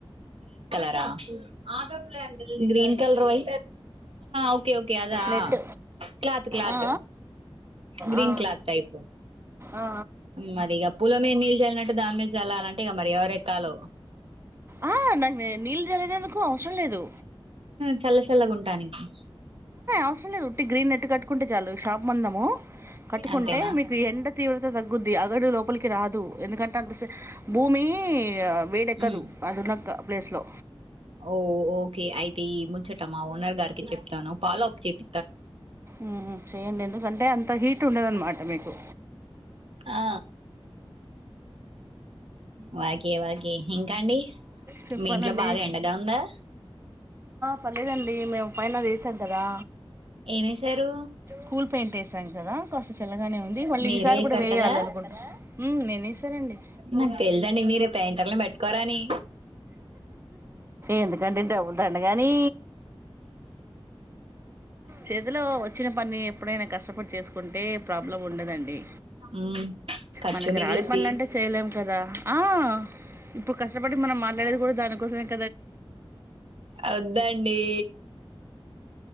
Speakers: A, on the right; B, on the right.
A: అ ఆద గ్రీన్ కలర్ వై ఓకే ఓకే దా
B: నెట్
A: క్లాత్ క్లాత్
B: ఆ
A: గ్రీన్
B: ఆ
A: క్లాత్ టైప్
B: ఆ
A: మరి ఇక పూల మీద నీళ్ళు చల్లినట్టు దాని మీద చల్లాలంటే ఇక మరి ఎవరిక్కలు
B: ఆ నాకు <unintelligible> అవసరం లేదు
A: చల్ల చల్లగా ఉంటానికి
B: అవసరం లేదుట్టి గ్రీ నట్టు కట్టుకుంటే చాలు షాప్ మందము కట్టుకుంటే
A: అంతేనా
B: మీకు ఎండ తీవ్రత తగ్గుద్ది అగడు లోపలికి రాదు ఎందుకంటే అంత భూమి వేడెక్కదు
A: ఉమ్
B: అదిన్న ప్లేస్లో
A: ఓ ఓకే అయి ముచ్చటమా ఓనర్ గారికి చెప్ప చెను పాలో అప్ చెప్ప
B: ఉమ్ చెయండి ఎందుకంటే అంత హీట్ ఉండదన్నమాట మీకు
A: ఆ వాగే వాగ ఇంకాండి
B: చెప్పాలండి
A: మీ ఇంట్లో బాగా ఎండగా ఉందా
B: పర్లేదండి మేము పైన రీసెంట్ కదా
A: ఏమేసారు
B: కూల్ పెయింట్ వేసాం కదా కాస్త చల్లగానే ఉంది మళ్ళీ
A: మీరే
B: ఈసారి
A: వేసారు
B: కూడా వేయాలనుకుంటా
A: కదా
B: ఉమ్, నేను వేసానండి
A: నాకు తెలిదండి మీరు పెయాంటని పెట్టుకోరా అని
B: ఎందుకడి డబుల్ త అకే నీ చేతిలో వచ్చిన పని ఎప్పుడైనా కష్టపడి చేసుకుంటే ప్రాబ్లం ఉండదండి
A: మ్మ్ ఖర్చు
B: మనకి
A: మిగులుద్ది
B: రాని పనుల అంటే చేయలేము కదా ఆ ఇప్పుడు కష్టపడి మనం మాట్లాడేది కూడా దానికి కోసమే
A: అవుద్దండి